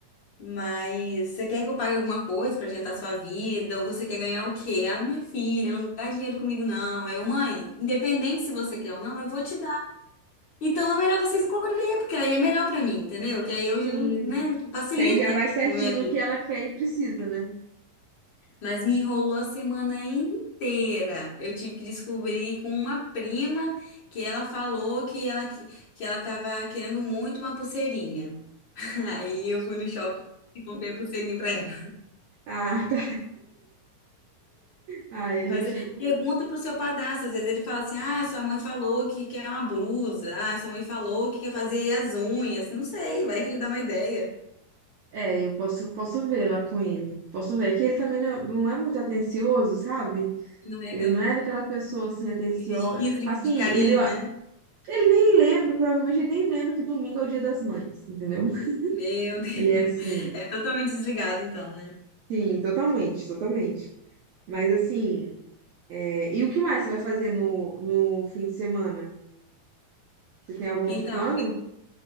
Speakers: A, on the left (about 65°); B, on the right (about 70°).
A: Mas você quer que eu pague alguma coisa pra adiantar a sua vida? Ou você quer ganhar o quê? Ah, minha filha, não gasta dinheiro comigo, não. Eu, mãe, independente se você quer ou não, eu vou te dar. Então é melhor você escolher, porque aí é melhor pra mim, entendeu? Que aí hoje,
B: sim.
A: né, facilita
B: Que aí já vai certinho
A: a minha vida.
B: no que ela quer e precisa, né?
A: Mas me enrolou a semana inteira. Eu tive que descobrir com uma prima que ela falou que ela, que, que ela tava querendo muito uma pulseirinha. <laughs> Aí eu fui no shopping e comprei a pulseirinha pra ela.
B: Ah, <laughs> ah, tá. Ai, a
A: Mas
B: gente.
A: é, pergunta pro seu padrasto. Às vezes ele fala assim: ah, sua mãe falou que quer uma blusa. Ah, sua mãe falou que quer fazer as unhas. Não sei, vai que ele dá uma ideia.
B: É, eu posso, posso ver lá com ele. Posso ver. é Que ele também não, não é muito atencioso, sabe?
A: Não é
B: Ele
A: aquele
B: não é daquela pessoa assim, atenciosa.
A: esse instinto de,
B: Assim,
A: de carinho,
B: ele, ó,
A: né?
B: ele nem lembra, provavelmente ele nem lembra que domingo é o dia das mães, entendeu? <laughs>
A: Meu Deus.
B: Ele é assim,
A: <laughs> É totalmente desligado, então, né?
B: sim, totalmente, totalmente. Mas assim, é, e o que mais você vai fazer no, no fim de semana? Você tem algum outro
A: Então.
B: plano?